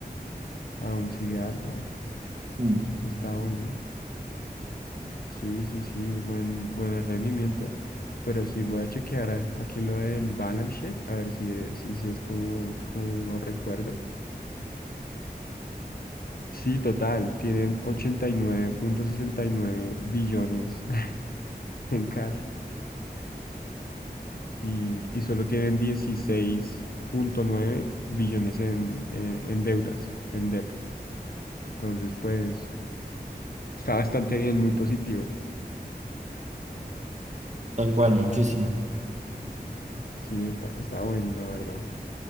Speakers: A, on the left; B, on the right.
A: Aún sigue alto.
B: Mm,
A: Está bueno. Sí, sí, sí. Buen, buen rendimiento. Pero sí voy a chequear a- aquí lo del balance sheet. A ver si es, si, si es como, como recuerdo. Sí, total. Tienen ochenta y y nueve punto sesenta y nueve billones <laughs> en cash. Y, y solo tienen dieciséis punto nueve billones en, en, en deudas, en debt. Entonces, pues, está bastante bien, muy positivo.
B: Tal cual, muchísimo.
A: Sí, está, está bueno, la verdad.